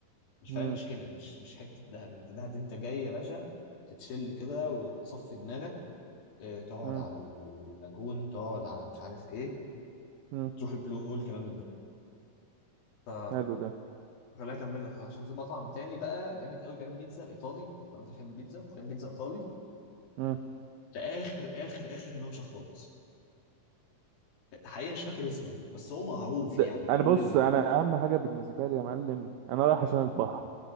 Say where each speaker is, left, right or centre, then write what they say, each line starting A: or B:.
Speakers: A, on the left; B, on the right.
A: مش
B: مم.
A: فاهم مش هنا مش مش حته دهب انت دهب دي انت جاي يا باشا تتشل كده وتصفي دماغك آه، تقعد
B: مم.
A: على اللاجون تقعد على مش عارف ايه
B: مم.
A: تروح البلو هول كلام من ده ف
B: حلو ده
A: خليني اكمل لك عشان في مطعم تاني بقى جامد قوي بيعمل بيتزا الايطالي لو انت بتحب البيتزا بيعمل بيتزا ايطالي
B: مم.
A: ده اخر اخر اخر الممشى خالص حقيقي مش فاكر اسمه بس هو معروف
B: ده
A: يعني
B: انا
A: كل
B: بص
A: ال...
B: انا اهم حاجة بالنسبة لي يا معلم انا رايح عشان البحر